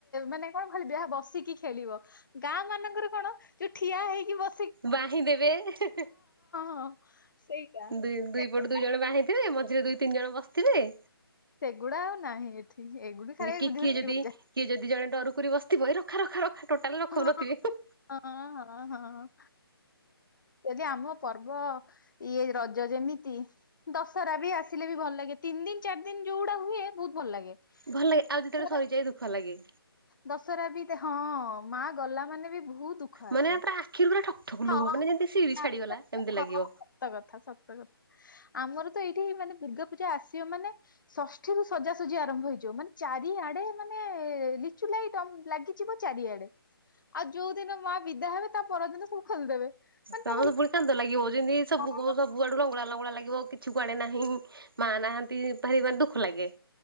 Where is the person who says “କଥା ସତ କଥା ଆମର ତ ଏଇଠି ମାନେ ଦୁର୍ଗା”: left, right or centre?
Left